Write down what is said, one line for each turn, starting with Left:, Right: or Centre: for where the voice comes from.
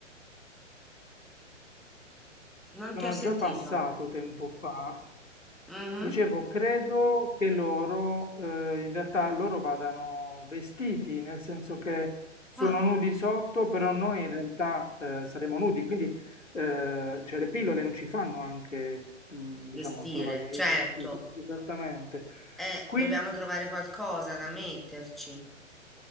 Centre: Non
Left: sono
Centre: ti ho sentito.
Left: già passato tempo fa.
Centre: Mhm.
Left: Dicevo, credo che loro, eh, in realtà loro vadano vestiti, nel senso che sono
Centre: Ah.
Left: nudi sotto, però noi in realtà eh, saremo nudi, quindi eh, cioè le pillole non ci fanno anche, mm,
Centre: Vestire,
Left: diciamo, trovare
Centre: certo.
Left: i vestiti. Esattamente.
Centre: Eh,
Left: Qui
Centre: dobbiamo trovare qualcosa da metterci.